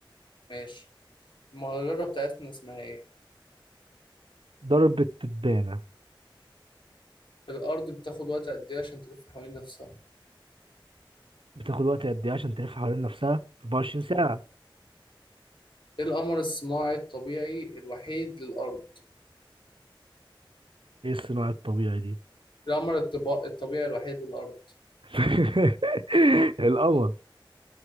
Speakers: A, on the left (about 65°); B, on the right (about 75°).
A: ماشي المجرة بتاعتنا اسمها إيه؟
B: ضربة تبانة
A: الأرض بتاخد وقت قد إيه عشان تلف حوالين نفسها؟
B: بتاخد وقت قد إيه عشان تلف حوالين نفسها 24 ساعة
A: آه. إيه القمر الصناعي الطبيعي الوحيد للأرض؟
B: إيه الصناعة الطبيعي دي
A: القمر الطبا- الطبيعي الوحيد للأرض
B: <laughs> القمر